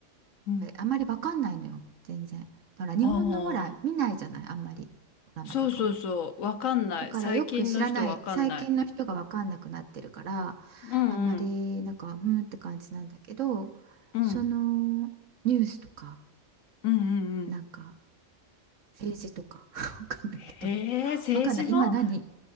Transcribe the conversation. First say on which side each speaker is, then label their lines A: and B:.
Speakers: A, on the left (about 85°); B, on the right (about 75°).
A: うん。うん。
B: あんまりわかんないのよ全然だから日本のほら見ないじゃないあんまりドラマとかも
A: ああ、そうそうそう。わかんない。
B: だからよく知らない最近の人が分かんなくなってるから
A: 最近の人わかんない。うんうん。
B: あんまりなんかふーんって感じなんだけど
A: うん。
B: そのニュースとか
A: うんうんうん。
B: なんか政治とか <laughs> 分かんないけど
A: へえ、政治も
B: 分かんない今何